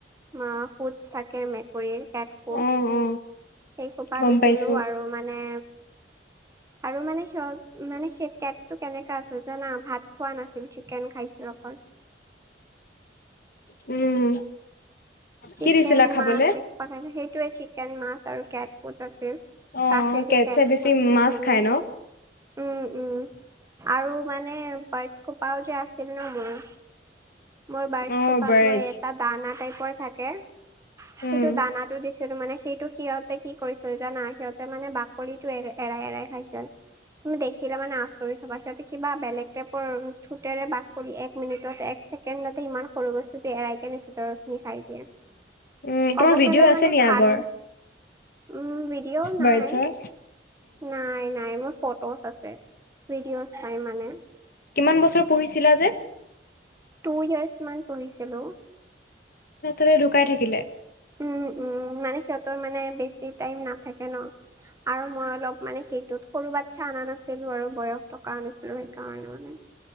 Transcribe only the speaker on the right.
অ ফুডচ থাকে মেকুৰীৰ, কেট ফুড।
সেই সোপা
দিছিলো
আৰু মানে আৰু মানে <unintelligible> মানে সেই কেটটো কেনেকা আছিল জানা, ভাত খোৱা নাছিল, চি কেন খাইছিল অকল।
চিকেন
মাছ সেইসোপা খাইছিল, সেইটোৱে, চিকেন মাছ আৰু কেটছ ফুডচ আছিল।
গাখীৰ
দি কেটছ
ফুডচ দিছিলো।
উম, উম আৰু মানে বাৰ্ডছ সোপাও যে আছিল ন মোৰ। মই বাৰ্ডচসোপাক
মই এটা দানা টাইপৰ থাকে। সেইটো
দানাটো দিছিলো, মানে সেইটো সিহঁতে কি কৰিছিল জানা, সিহঁতে মানে বাক কলিটো এৰাই, এৰাই খাইছিল। তুমি দেখিলে মানে আচৰিত হ'বা, সিহঁতে কিবা বেলেগ টাইপৰ থুটেৰে বাকলি এক মিনিটত এক চে কেণ্ডতে ইমান সৰু বস্তুটো এৰাই কেনে ভিতৰখিনি খাই দিয়ে।
ক'ব
গ'লে
মানে
ধান‌
উম, ভিডিঅ'
নাই, নাই। নাই মোৰ ফটোছ আছে, ভিডিঅ'চ নাই মানে।
টু ইয়েৰ্চ মান পুহিছিলোঁ।
উম উম, মানে সিহঁতৰ মানে বেছি টাইম নাথাকে ন। আৰু মই অলপ মানে সেইটোত সৰু বাচ্ছা অনা নাছিলো আৰু, বয়স থকা নাছিলো সেইকাৰণে মানে।